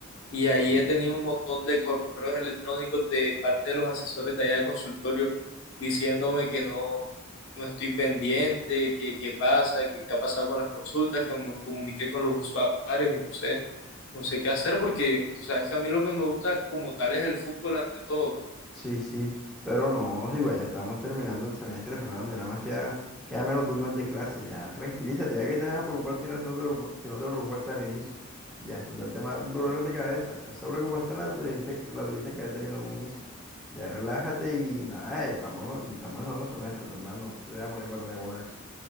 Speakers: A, on the left; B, in the centre.
A: Y ahí
B: Mm.
A: he tenido un montón de correos electrónicos de parte de los asesores de allá de consultorio diciéndome que no, no estoy pendiente, que qué pasa, que qué ha pasado con las consultas, que me comuniqué con los usuarios y no sé, no sé qué hacer porque tú sabes que a mí lo que me gusta como tal es el fútbol ante todo.
B: Sí, sí, pero no, sí, igual ya estamos terminando el semestre, Fernando, ya nada más queda, queda menos de un mes de clase, ya tranquilízate, ya que te vas a preocupar al final si no te, preocupa- si no te preocupaste al inicio. Ya eso ya te da dolores de cabeza, esa preocupación la tuviste, que- la tuviste que haber tenido en un inicio. Ya relájate y nada, estamos, estamos en noveno semestre, Fernando, que te voy a poner para la bola a eso.